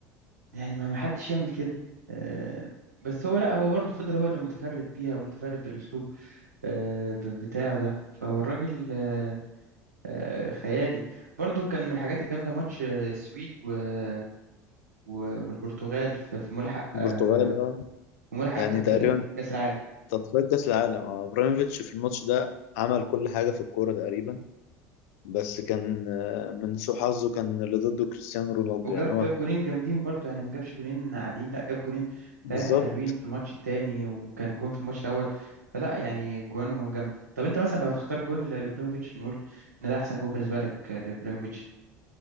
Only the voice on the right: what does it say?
يعني ما ما حدش يعمل كده آه، بس هو لا هو برضه فضل هو اللي متفرد بيها ومتفرد بالأسلوب آه، ب- بتاعه ده فهو الراجل آه، آه، خيالي برضه كان من الحاجات الجامدة ماتش آه، السويد و- و- والبرتغال في في ملحق آه،
في ملحق
آه، كأس العالم
وجاب
جاب جونين جامدين برضو يعني ما جابش جونين عاديين لا جاب جونين
ثلاثة حلوين في الماتش التاني وكان جون في الماتش الأول فلا يعني جوانه جامدة طب أنت مثلا لو هتختار جون ل- لبريموفيتش نقول إن ده أحسن جون بالنسبة لك آه، لبريموفيتش